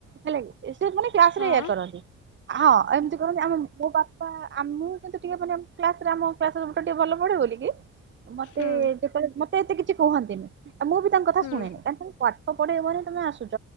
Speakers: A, on the right; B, on the left.
A: ହେଲା କି। ଏସବୁ ମାନେ କ୍ଲାସ
B: ହଁ
A: ରେ ଏୟା କରନ୍ତି, ହଁ ଏମିତି କରନ୍ତି। ଆମେ ମୋ ବା ପା ମୁଁ କିନ୍ତୁ ଟିକେ ମାନେ କ୍ଲାସରେ ଆମ କ୍ଲାସରେ ସବୁଠାରୁ ଟିକେ ଭଲ ପଢେ ବୋଲି କି ମତେ
B: ହୁଁ
A: ଯେତେବେଳେ ମତେ ଏତେ କିଛି କୁହନ୍ତିନି ଆଉ ମୁଁ ବି ତାଙ୍କ କଥା
B: ହୁଁ
A: ଶୁଣେନି। ପାଠ ପଢେଇବ ବୋଲି ତୁମେ ଆସୁଛ